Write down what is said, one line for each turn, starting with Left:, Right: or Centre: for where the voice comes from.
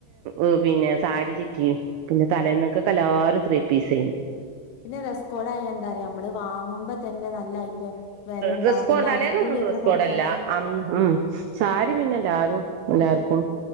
Right: ഉം പിന്നെ സാരി ചിറ്റിയും പിന്നെ തലേന്നക്കൊക്കെ എല്ലാരും ത്രീ പീസായിന്ന്
Left: പിന്നെ ഡ്രസ്സ്കോഡായ എന്താ അറിയോ നമ്മള് വാങ്ങുമ്പോ തന്നെ നല്ലായിട്ട് വിലയുണ്ടാവും
Right: ഡ്രസ് കോഡ്
Left: പിന്നെ
Right: തലേന്നൊന്നും
Left: അടിക്കൂലി
Right: ഡ്രസ്
Left: എത്ര കൊടുക്കണം
Right: കോഡല്ല അന്ന് ഉം സാരി
Left: ഉം
Right: പിന്നെ എല്ലാരും എല്ലാർക്കും